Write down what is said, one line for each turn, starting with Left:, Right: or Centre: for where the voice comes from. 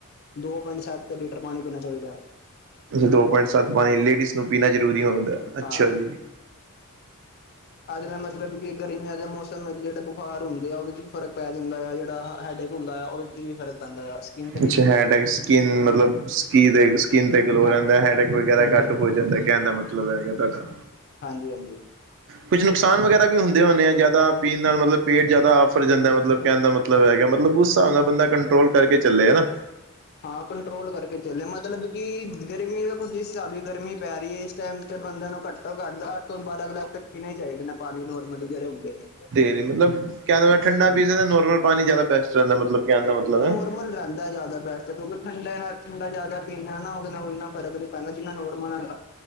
Left: ਦੋ ਪੁਆਇੰਟ ਸੱਤ ਲੀਟਰ ਪਾਣੀ ਪੀਣਾ ਚਾਹੀਦਾ।
Right: ਦੋ ਪੁਆਇੰਟ ਸੱਤ ਪਾਣੀ ਲੇਡੀਜ਼ ਨੂੰ ਪੀਣਾ ਜਰੂਰੀ ਹੁੰਦਾ ਅੱਛਾ
Left: ਹਾਂ।
Right: ਜੀ।
Left: ਆਹ ਜਿਹੜਾ ਮਤਲਬ ਕਿ ਗਰਮੀਆਂ ਦਾ ਮੌਸਮ। ਜਿਹੜੇ ਬੁਖਾਰ ਹੁੰਦੇ ਆ ਉਹਦੇ ਚ ਵੀ ਫਰਕ ਪੈ ਜਾਂਦਾ ਆ ਜਿਹੜਾ ਹੈੱਡਏਕ ਹੁੰਦਾ ਆ ਉਹਦੇ ' ਵੀ ਫਰਕ। ਅ ਸਕਿਨ
Right: ਅੱਛ ਹੈਡੇਕ ਸਕਿਨ ਮਤਲਬ ਸਕੀ ਸਕਿਨ ਤੇ ਗਲੋ
Left: ਹਾਂ
Right: ਰਹਿੰਦਾ ਹੈਡੇਕ ਵਗੈਰਾ
Left: ਹਾਂਜੀ
Right: ਘੱਟ ਹੋ ਜਾਂਦਾ ਕਹਿਨ ਦਾ ਮਤਲਬ ਮਤਲਬ ਹੈਗਾ ਤੁਹਾਡਾ।
Left: ਹਾਂਜੀ ਹਾਂਜੀ।
Right: ਕੁਛ ਨੁਕਸਾਨ ਵਗੈਰਾ ਵੀ ਹੁੰਦੇ ਆ ਜ਼ਿਆਦਾ। ਪੀਣ ਨਾਲ ਮਤਲਬ ਪੇਟ ਜਿਆਦਾ ਆਫ਼ਰ ਜਾਂਦਾ ਮਤਲਬ ਕਹਿਣ ਦਾ ਮਤਲਬ ਹੈਗਾ ਮਤਲਬ ਉਸ ਹਿਸਾਬ ਨਾਲ ਬੰਦਾ ਕੰਟਰੋਲ ਕਰਕੇ ਚੱਲੇ ਹੈਨਾ। <inaudible>
Left: ਹਾਂ ਕੰਟਰੋਲ ਕਰਕੇ ਚੱਲੇ ਮਤਲਬ ਕਿ ਗਰਮੀ ਖੁਦ ਹਿਸਾਬ ਗਰਮੀ ਪੈ ਰਹੀ ਹੈ ਇਸ ਟਾਈਮ ਤੇ ਬੰਦੇ ਨੂੰ ਘੱਟੋ ਘੱਟ ਅੱਠ ਤੋਂ ਬਾਰਾਂ ਕੁ ਲੱਖ ਪੀਣੇ ਹੀ ਚਾਹੀਦੇ ਨੇ ਪਾਣੀ ਨੋਰਮਲ ਵਗੈਰਾ ਹੁੰਦੇ ਨੇ।
Right: ਤੇ ਮਤਲਬ ਕਹਿ ਲਓ ਠੰਡਾ ਪੀਜ਼ਾ ਨੋਰਮਲ ਪਾਣੀ ਜ਼ਿਆਦਾ ਬੈਸਟ ਰਹਿੰਦਾ ਮਤਲਬ ਕਹਿਣ ਦਾ ਮਤਲਬ
Left: ਨੋਰਮਲ
Right: ਹੈ
Left: ਰਹਿੰਦਾ ਜ਼ਿਆਦਾ ਤਰ ਜਦੋਂ ਠੰਡੇ ਨਾਲ ਠੰਡਾ ਜ਼ਿਆਦਾ ਪੀਣ ਨਾ ਉਹਦੇ ਨਾਲ ਇੰਨਾ ਫਰਕ ਨਹੀਂ ਪੈਂਦਾ ਜਿੰਨਾ ਨੋਰਮਲ ਨਾਲ।